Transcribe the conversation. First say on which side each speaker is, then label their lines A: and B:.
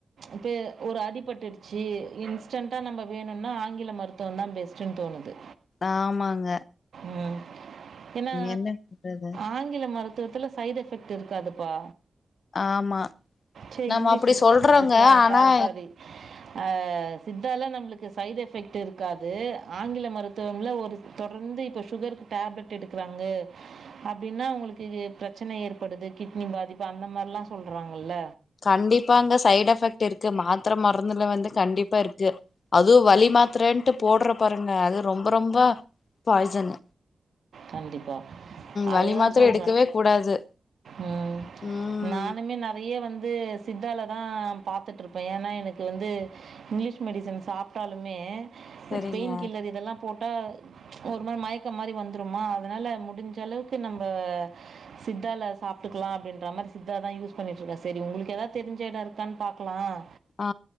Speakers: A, on the right (about 75°); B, on the left (about 65°).
A: இப்ப ஒரு அடிபட்டுடுச்சி இன்ஸ் டன்ட்டா நம்ப வேணுன்னா ஆங்கில மருத்துவந்தா பெஸ்ட்டுன் தோணுது
B: ஆமாங்
A: ம் ஏனா
B: என்ன பண்றது
A: ஆங்கில மருத்துவத்துல சைட் எஃபெக்ட் இருக்காது ப்பா
B: ஆமா
A: சே
B: நம்ம
A: இங்லீஸு
B: அப்டி சொல்றோங்க
A: அ சா
B: ஆனா
A: சாரி சாரி ஆ சித்தால நம்ளுக்கு சைட் எஃபெக்ட் இருக்காது ஆங்கில மருத்துவமில்ல ஒரு தொடர்ந்து இப்ப சுகருக்கு டேப்லெட் எடுக்றாங்க அப்டின்னா அவுங்களுக்கு இது பிரச்சனை ஏற் படுது கிட்னி பாதிப்பு அந்த மாரிலா சொல்றாங்கல்ல
B: கண்டிப்பாங்க சைட் எஃபெக்ட்டிருக்கு மாத்தர, மருந்துல வந்து கண்டிப்பா இருக்கு அது வலி மாத்ரன்ட்டு போட்றோ பாருங்க அது ரொம்ப ரொம்ப பாய்சனு
A: கண்டிப்பா அதுதா
B: வலி மாத்திர
A: சொல்றே
B: எடுக்கவே கூடாது
A: ம்
B: ம்
A: நானுமே நறய வந்து சித்தாலதா பார்த்துட்டுருப்பேன் ஏன்னா எனக்கு வந்து இங்கிலீஷ் மெடிசன் சாப்ட்டாலுமே
B: சரிங்க
A: பெயின் கில்லர் இதெல்லா போட்டா ஒரு மாரி மயக்கம் மாரி வந் ந்துரூமா அதனால முடிஞ்சளவுக்கு நம் சித்தால சாப்டுக்கலா அப்டின்ற மாரி சித்தாதா யூஸ் பண்ணிட்டுருக்கேன் சரி உங்களுக்கு ஏதாவத் தெரிஞ்ச எடம் இருக்கான் பாக் கலாம்
B: ஆ